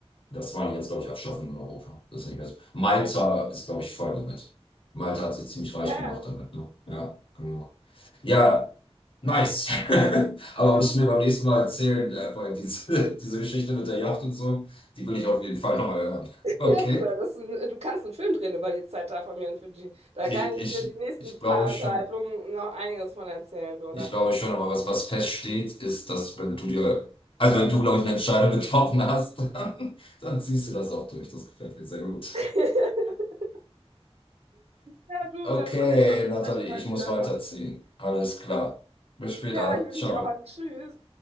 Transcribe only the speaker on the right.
Mhm.
Ja,
ja,
ja.
Ja,
du, das ist ein, du kannst einen Film drehen über die Zeit da von mir in Fidschi. Da
kann
ich dir die nächsten
paar
Unterhaltungen noch einiges von erzählen, du.
Ne?
<laughs> Ja, du,
dann soll ich mal besprechen
bald
wieder,
ne?
Ja, ich will
dich nicht aufhalten. Tschüss.